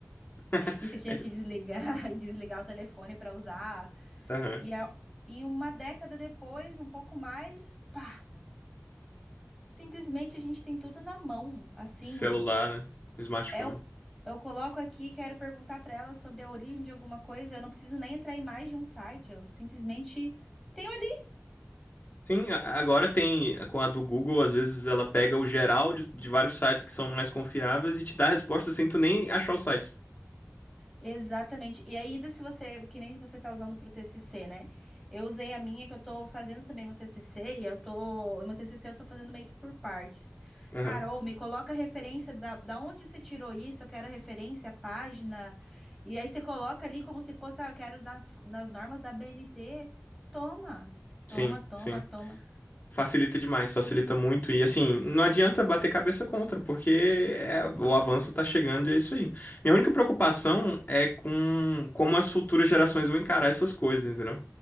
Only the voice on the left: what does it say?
<laughs>
Aham.
Celular, né? Smartphone.
Sim, a- agora tem eh, com a do Google, às vezes ela pega o geral de, de vários sites que são mais confiáveis e te dá a resposta sem tu nem achar o site.
Aham.
Sim,
sim.
Facilita demais, facilita muito. E assim, não adianta bater cabeça contra, porque é- o avanço tá chegando e é isso aí. Minha única preocupação é com como as futuras gerações vão encarar essas coisas, entendeu?